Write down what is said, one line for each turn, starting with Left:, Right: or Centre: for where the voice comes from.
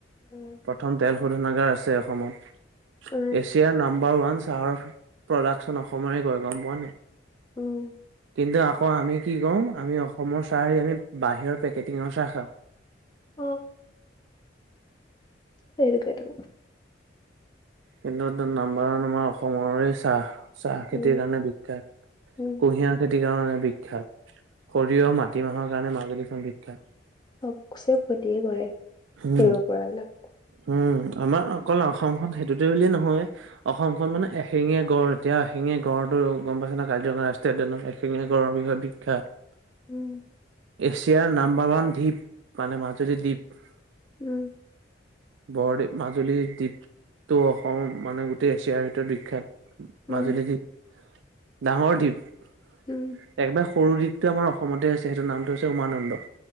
Left: উম,
Right: প্ৰথম তেল শোধনাগাৰ আছে অসমত। এছিয়াৰ
Left: উম,
Right: নম্বৰ ওৱান চাহৰ প্ৰডাকশ্যন অসমৰে, গৈ গম পোৱা নে নাই?
Left: উম,
Right: কিন্তু আকৌ আমি কি কৰোঁ, আমি অসমৰ চাহ হেৰি আমি বাহিৰৰ পেকেটিঙৰ চাহ খাওঁ।
Left: অ, সেইটোকেটো।
Right: কিন্তু এইটো নাম্বৰ ওৱান আমাৰ অসমৰে চাহ। চাহ
Left: উম,
Right: খেতিৰ কাৰণে বিখ্যাত,
Left: উম,
Right: কুঁহিয়াৰ খেতিৰ কাৰণে বিখ্যাত, সৰিয়হ, মাটিমাহৰ কাৰণে মাজুলীখন বিখ্যাত।
Left: চ'ব <inaudible> প্ৰতেকে কৰে।
Right: উম,
Left: কৰিব পৰাবিলাক।
Right: হম, আমাৰ অকল অসমখন সেইটোতে বুলিয়ে নহয়। অসমখন মানে, এশিঙীয়া গড়, এতিয়া এশিঙীয়া গড়টো গম পাইছে ন, কাজিৰঙা ৰাষ্ট্ৰ ত, এশেঙীয়া গড়ৰ বিষয়ে বিখ্যাত।
Left: উম,
Right: এছিয়াৰ নাম্বাৰ ওৱান দ্বীপ মানে মাজুলী দ্বীপ।
Left: উম।
Right: বৰদ্বীপ মাজুলীৰ দ্বীপটো অসম মানে গোটেই এছিয়াৰ ভিতৰত বিখ্যাত।
Left: উম,
Right: মাজুলী দ্বীপ, ডাঙৰ দ্বীপ,
Left: উম,
Right: একবাৰে সৰু দ্বীপ টো আমাৰ অসমতে আছে সেইটোৰ নামটো হৈছে উমানন্দ।